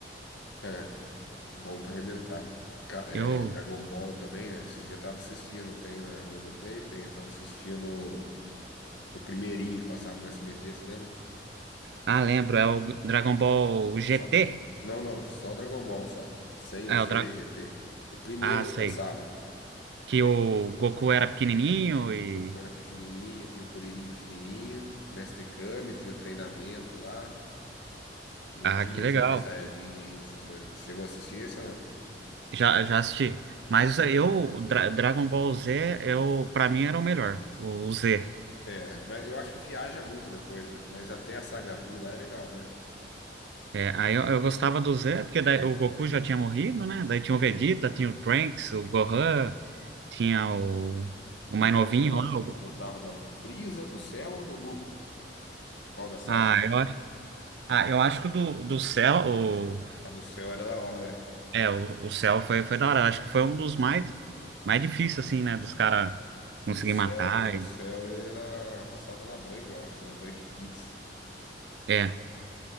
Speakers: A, on the left; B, on the right.
A: <laughs> Bom pra arrebentar. Ca- é,
B: Eu.
A: Dragon Ball também, né? esses dias eu tava assistindo, tem na Globoplay, tem, eu tava assistindo o primeirinho que passava no SBT, você lembra?
B: Ah, lembro, é o Dragon Ball GT.
A: Só. Não, não, só Dragon Ball só. Sem o
B: É
A: Z,
B: o Dra...
A: GT. O primeiro
B: Ah, sei.
A: que passava.
B: Que o Goku era pequenininho e.
A: Goku era pequenininho, tinha o Kuririn pequenininho, Mestre Kame, tinha o treinamento lá. Não
B: Ah,
A: tinha
B: que legal.
A: Super Saiyajin ainda, essas coisas. Chegou a assistir esse ou não?
B: Já, já assisti. Mas eu, Dra- Dragon Ball Z, eu, pra mim era o melhor, o, o Z.
A: É, mas eu acho que viaja muito depois, velho. Mas até a Saga Buu lá é legal, né?
B: É, aí eu, eu gostava do Z, porque daí o Goku já tinha morrido, né? Daí tinha o Vegeta, tinha o Trunks, o Gohan, tinha o, o
A: Mas
B: mais
A: qual
B: novinho
A: que você gosta?
B: lá.
A: Você
B: o-
A: gostava da- do Freeza, do Cell ou do Buu? Qual das sagas?
B: ah, eu, acho- ah, eu acho que o do, do Cell, o,
A: A do Cell era da hora, né?
B: é, o, o Cell foi, foi da hora. Eu acho que foi um dos mais, mais difíceis, assim, né? Dos caras
A: O
B: conseguir
A: do Cell,
B: matar.
A: o do
B: E,
A: Cell era... Passava na Band, eu acho, né? Band Kids.
B: é.